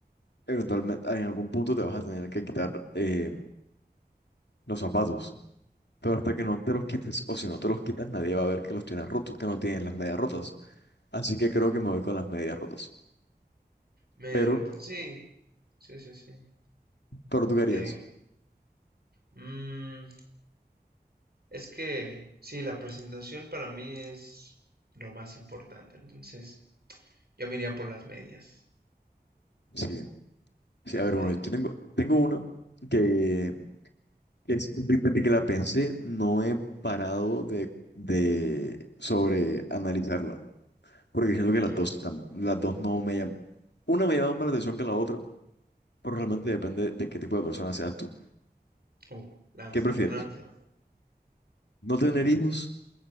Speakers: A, on the left; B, on the right.
A: eventualmente, en algún punto te vas a tener que quitar eh, los zapatos. Pero hasta que no te los quites, o si no te los quitas, nadie va a ver que los tienes rotos, que no tienes las medias rotas. Así que creo que me voy con las medias rotas.
B: Medio
A: Pero,
B: roto. Sí, sí, sí, sí.
A: pero tú qué harías.
B: Te, Mm, es que sí, la presentación para mí es lo más importante. Entonces, yo me iría por las medias.
A: Sí, sí,
B: Las
A: a ver,
B: medias.
A: bueno, yo tengo, tengo una que es, de- desde que la pensé, no he parado de, de sobre analizarla. Porque siento que las
B: Ah,
A: dos están, las dos no me llaman. Una me llama más la atención que la otra, pero realmente depende de qué tipo de persona seas tú.
B: Uh, lanza,
A: ¿Qué prefieres?
B: lanza.
A: ¿No tener hijos